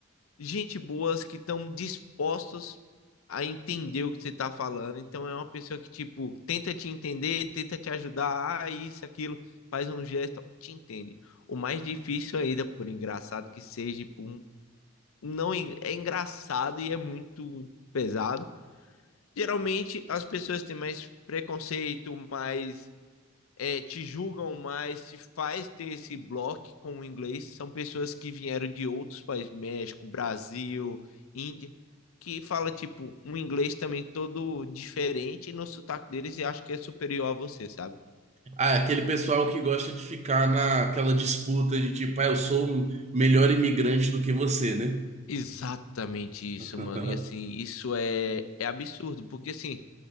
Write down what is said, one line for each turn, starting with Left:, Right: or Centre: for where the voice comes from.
Left: gente boas que estão dispostos a entender o que você está falando. Então é uma pessoa que, tipo, tenta te entender, tenta te ajudar, ah, isso, aquilo, faz um gesto, te entende. O mais difícil ainda, por engraçado que seja, por, um- não en- é engraçado e é muito pesado geralmente as pessoas têm mais preconceito, mais é, te julgam mais, se faz ter esse bloco com o inglês, são pessoas que vieram de outros países, México, Brasil, Índia, que fala tipo um inglês também todo diferente no sotaque deles e acho que é superior a você, sabe?
Right: Ah, é aquele pessoal que gosta de ficar naquela disputa de tipo, ah, eu sou melhor imigrante do que você, né?
Left: Exatamente
Right: <laughs>
Left: isso, mano. E assim, isso é, é absurdo, porque assim,